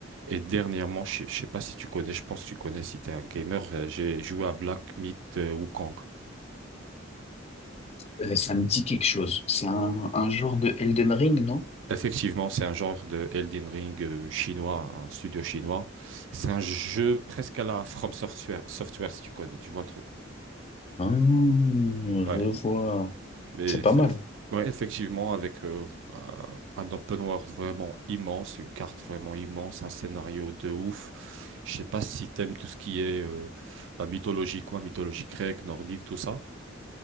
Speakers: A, on the right; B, on the left.
A: Et dernièrement, je sais je sais pas si tu connais, je pense que tu connais si t'es un gamer, euh, j'ai joué à Black Myth euh, Wukong.
B: Euh, ça me dit quelque chose. C'est un, un genre de Elden Ring, non?
A: Effectivement, c'est un genre de Elden Ring euh, chinois, un studio chinois. C'est un jeu presque à la From Software, Software, si tu connais, tu vois le truc.
B: Ah, je
A: Ouais.
B: vois.
A: Mais
B: C'est pas
A: c'est-
B: mal.
A: ouais, effectivement, avec euh, un un open world vraiment immense, une carte vraiment immense, un scénario de ouf. Je sais pas si t'aimes tout ce qui est euh, bah, mythologie, quoi, mythologie grecque, nordique, tout ça.